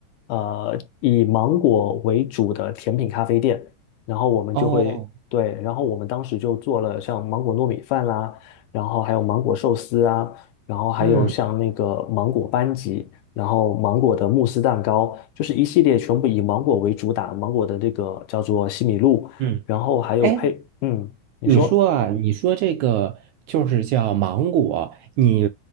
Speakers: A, on the left; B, on the right.
A: 呃以芒果为主的甜品咖啡店。然后我们就会对，
B: 哦，
A: 然后我们当时就做了像芒果糯米饭啦，然后还有芒果寿司啊，然后还有像那个芒果班戟，
B: 嗯
A: 然后芒果的慕斯蛋糕，就是一系列全部以芒果为主打，芒果的这个叫做西米露，
B: 嗯，
A: 然后还有配，
B: 哎，
A: 嗯，你说
B: 你说啊，你说这个就是叫芒果，你